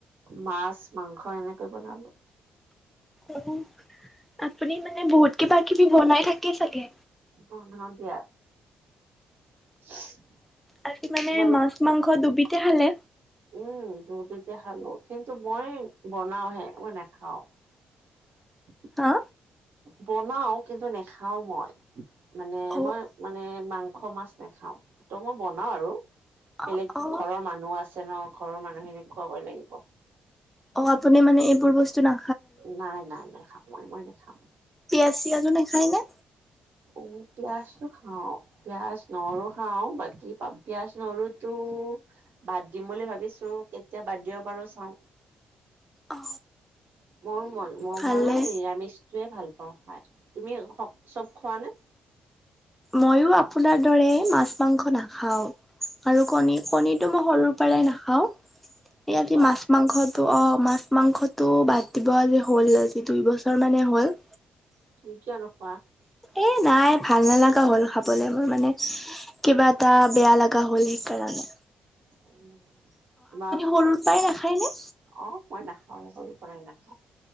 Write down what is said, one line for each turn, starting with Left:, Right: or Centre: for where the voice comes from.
Right: মাছ-মাংস এনেকৈ বনালোঁ।
Centre: উম। আপুনি মানে বহুত কিবা-কিবি বনাই থাকে চাগে।
Right: বনাও দিয়া। <unintelligible>
Centre: আজি মানে
Right: তোমালোক
Centre: মাছ-মাংস দুবিধতে খালে।
Right: উম, দুয়োবিধে খালোঁ কিন্তু মই বনাও হে মই নাখাওঁ। <inaudible>
Centre: হা!
Right: বনাও কিন্তু নেখাও মই, মানে
Centre: অ
Right: মই মানে মাংস মাংখ-মাছ নাখাওঁ ত' মই বনাও আৰু
Centre: অ
Right: বেলেগ
Centre: অ
Right: ঘৰৰ মানুহ আছে। আছে ন' ঘৰৰ মানুহখিনিক খুৱাবই লাগিব।
Centre: অহ, আপুনি মানে এইবোৰ বস্তু না
Right: নাই নাই নাখাওঁ মই, মই নাখাওঁ।
Centre: পিয়াজ চিয়াজো নাখায় নে?
Right: অহ, পিয়াজটো খাওঁ। পিয়াজ নহৰো খাওঁ বাকি পা-পিয়াজ নহৰো তো বাদ দিম বুলি ভাবিছোঁ, কেতিয়া বাদ দিব পাৰোঁ চাওঁ।
Centre: অ
Right: মোৰ <unintelligible> মই
Centre: ভালে
Right: মই মানে নিৰামিষটোৱে ভাল পাওঁ খাই, তুমি সক চব খোৱা নে?
Centre: ময়ো আপোনাৰ দৰে মাছ মাংস নাখাওঁ, আৰু কণী কণীটো মই সৰু পৰাই নাখাওঁ
Right: কি খোৱা
Centre: <unintelligible> মাছ মাংসটো অ' মাছ মাংসটো বাদ দিব যে হ'ল আজি দুই বছৰ মানে হ'ল।
Right: তুমি কিয় নোখোৱা?
Centre: এ, নাই ভাল নালাগা হ'ল খাবলে মোৰ মানে কিবা এটা বেয়া লাগ <unintelligible> সেই কাৰণে।
Right: <unintelligible>
Centre: সৰুৰ পৰাই নাখায়নে?
Right: অ' মই নাখাৱে সৰু পৰাই নাখাওঁ।